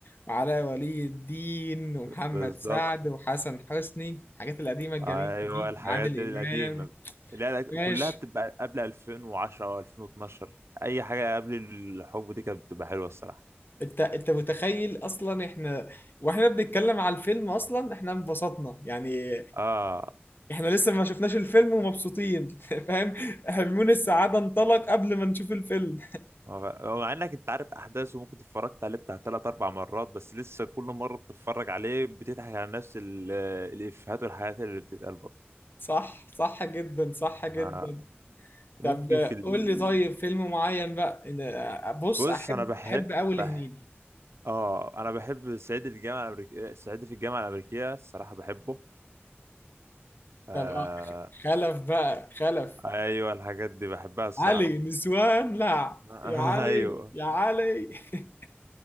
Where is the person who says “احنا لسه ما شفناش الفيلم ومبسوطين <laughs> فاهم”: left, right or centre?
Left